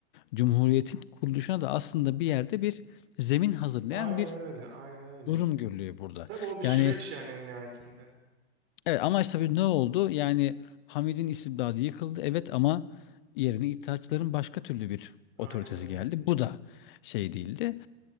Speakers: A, on the left; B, on the right.
A: Cumhuriyet'in kuruluşuna da aslında bir yerde bir zemin hazırlayan
B: Aynen
A: bir
B: öyle aynen öyle.
A: durum görülüyor burada.
B: Tabii o bir süreç
A: Yani
B: yani en nihayetinde.
A: evet amaç tabii ne oldu? Yani Hamid'in istibdadı yıkıldı evet ama yerine İttihatçıların başka türlü bir
B: Aynen
A: otoritesi
B: öyle.
A: geldi. Bu da şey değildi.